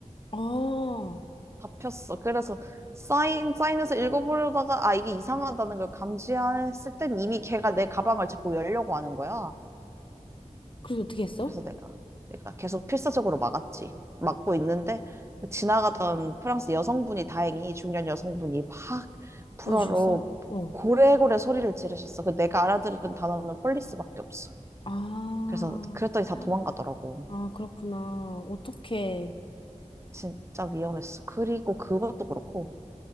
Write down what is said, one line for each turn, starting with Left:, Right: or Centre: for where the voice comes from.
Left: 아, 어.
Right: 잡혔어. 그래서 사인, 사인해서 읽어보려다가, 아, 이게 이상하다는 걸 감지했을 땐 이미 걔가 내 가방을 자꾸 열려고 하는 거야.
Left: 그래서 어떻게 했어?
Right: 그래서 내가, 내가 계속 필사적으로 막았지. 막고 있는데, 지나가던 프랑스 여성분이 다행히, 중년 여성분이 팍 불어로
Left: 도와주셨어? 어.
Right: 고래고래 소리를 지르셨어. 그 내가 알아들은 단어는 폴리스밖에 없어.
Left: 아.
Right: 그래서 그랬더니
Left: <gasps>
Right: 다 도망가더라고.
Left: 아, 그렇구나. 어떻게,
Right: 진짜 위험했어. 그리고 그것도 그렇고,